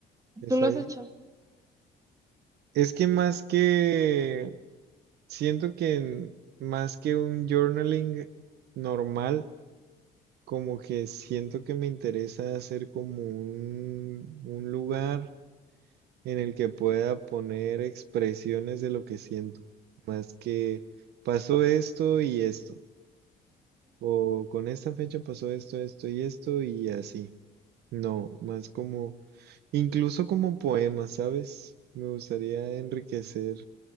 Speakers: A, on the right; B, on the right.
A: está
B: ¿Tú lo has
A: bien.
B: hecho?
A: Es que más que, siento que en- más que un journaling normal, como que siento que me interesa hacer como un, un lugar en el que pueda poner expresiones de lo que siento, más que pasó esto y esto, o con esta fecha pasó esto, esto y esto y así. No, más como, incluso como poemas, ¿sabes? Me gustaría enriquecer